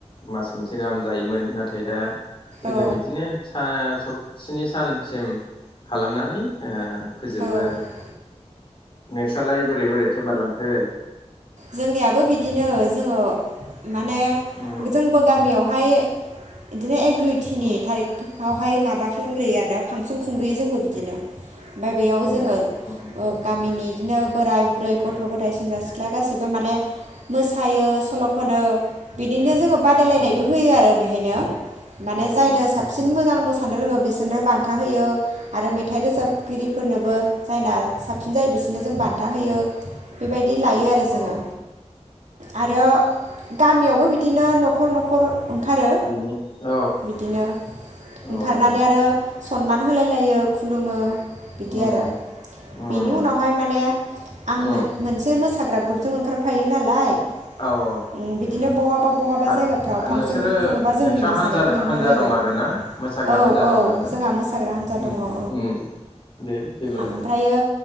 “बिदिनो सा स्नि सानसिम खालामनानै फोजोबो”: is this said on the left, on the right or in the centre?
Left